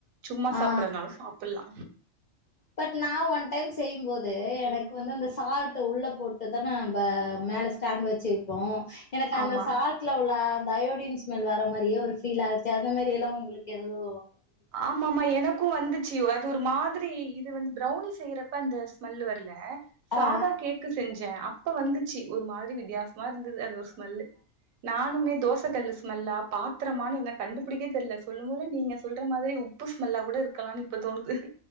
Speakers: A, on the right; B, on the left.
A: சும்மா சாப்புட்றதுனாலு
B: ஆ
A: சாப்புட்லா
B: பட் நா ஒன் டைம் செய்யும்போது எனக்கு வந்து அந்த சால்ட் உள்ள போட்டுதா நம்ப மேல ஸ்டாண்ட் வச்சு வைப்போ எனக்கு அந்த
A: ஆமா
B: சால்ட்ல உள்ள தயோடின் ஸ்மெல் வர மாரியே ஒரு பீல் ஆச்சு அந்த மாரி எல்லாம் உங்களுக்கு எதோ
A: ஆமமா எனக்கும் வந்துச்சு அது ஒரு மாதிரி இது வந்து பிரவுனிஷ் செய்யறப்ப அந்த ஸ்மெல் வரல சாதா
B: ஆ
A: கேக்கு செஞ்சேன் அப்ப வந்துச்சு ஒரு மாரி வித்தியாசமா இருந்தது அது ஸ்மெல்லு நானுமே தோச கல்லு ஸ்மெல்லா பா்த்த த்திரமா நீங்க கண்டுபிடி தெரியல சொல்லு போது நீங்க சொல்ற மாரி உப்பு ஸ்மெல்லா கூட இருக்கலான்னு இப்ப தோணுது